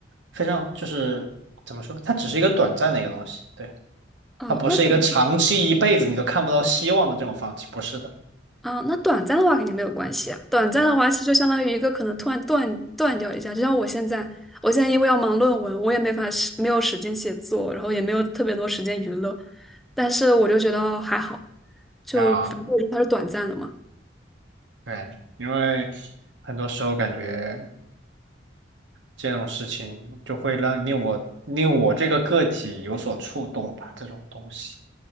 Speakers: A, on the right; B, in the centre.
A: 非常就是怎么说，它只是一个短暂的一个东西，对。
B: 哦，
A: 它不是一个长期一辈子你都看不到希望的这种放弃，
B: 那短。
A: 不是的。
B: 啊，那短暂的话肯定没有关系啊。短暂的话，
A: 对
B: 其实就相当于一个可能突然断断掉一下，就像我现在，我现在因为要忙论文，我也没法时没有时间写作，然后也没有特别多时间娱乐，但是我就觉得还好，就反正它是短暂的嘛。
A: 啊，对，因为很多时候感觉这种事情就会让令我令我这个个体有所触动吧，这种东西，